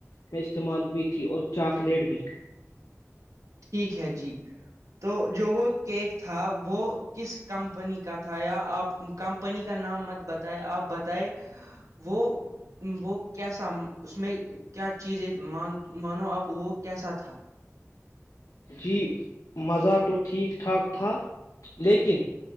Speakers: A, on the left; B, on the right.
A: میں استعمال ہوئی تھی اور چاکلیٹ بھی
B: ٹھیک ہے جی تو جو وہ کیک تھا وہ کس کمپنی کا تھا یا آپ کمپنی کا نام مت بتائے آپ بتائے وہ وہ کیسا اس میں کیا چیز ہے مانو آپ وہ کیسا تھا
A: جی مزہ تو ٹھیک ٹھاک تھا لیکن